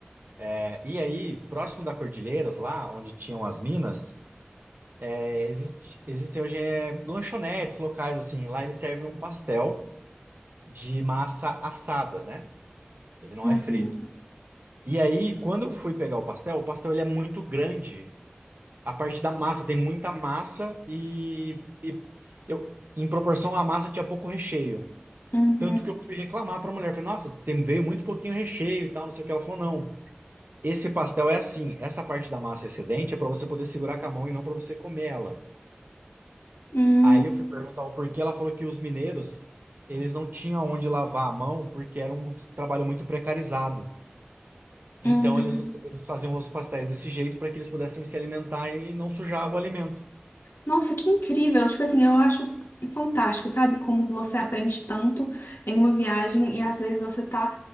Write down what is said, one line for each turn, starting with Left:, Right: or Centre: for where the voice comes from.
Right: É, E aí, próximo da Cordilheiras, lá onde tinham as minas, é, existe- existem hoje é, lanchonetes locais, assim. Lá eles servem um pastel de massa assada, né? Ele não
Left: uhum,
Right: é frito. E aí, quando eu fui pegar o pastel, o pastel ele é muito grande A parte da massa, tem muita massa e, e eu, em proporção à massa tinha pouco recheio.
Left: uhum,
Right: Tanto que eu fui reclamar para a mulher, falei, nossa, tem, veio muito pouquinho recheio e tal, não sei o que. Ela falou, não, esse pastel é assim, essa parte da massa excedente é para você poder segurar com a mão e não para você comer ela.
Left: uhum,
Right: Aí eu fui perguntar o porquê, ela falou que os mineiros, eles não tinham onde lavar a mão porque era um trabalho muito precarizado. Então
Left: uhum.
Right: eles, eles faziam os pastéis desse jeito para que eles pudessem se alimentar e não sujar o alimento.
Left: Nossa, que incrível! Tipo assim, eu acho fantástico, sabe? Como você aprende tanto em uma viagem e às vezes você tá